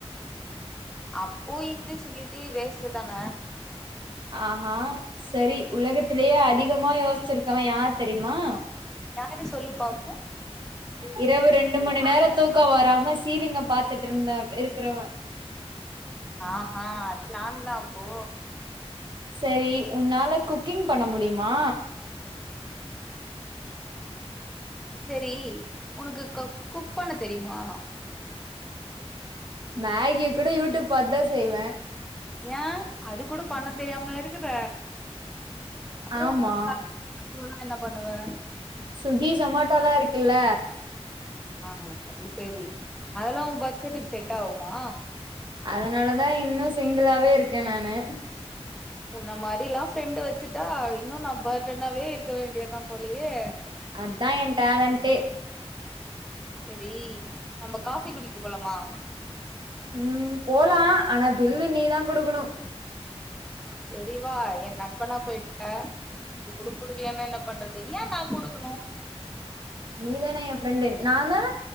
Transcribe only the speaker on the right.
ஆஹா சரி உலகத்திலேயே அதிகமா யோசிச்சிருக்கவ யார் தெரியுமா
இரவு ரெண்டு மணி நேர தூக்கம் வராம சீலிங்க பாத்துட்டு இருந்தா இருக்குறவ
சரி உன்னால குக்கிங் பண்ண முடியுமா
மகிய கூட யூடியூப் பார்த்து தா செய்வ
ஆமா
ஸ்விக்கி சொமேட்டோலா இருக்குல்ல
அதனால தா இன்னு சிங்குளாவே இருக்க நான்னு
அதா ஏய டலண்டே
ம் போலா ஆனா பிள்ளு நீ தா கொடுக்கணு
நீ தான எய ஃப்ரெண்டு நா தான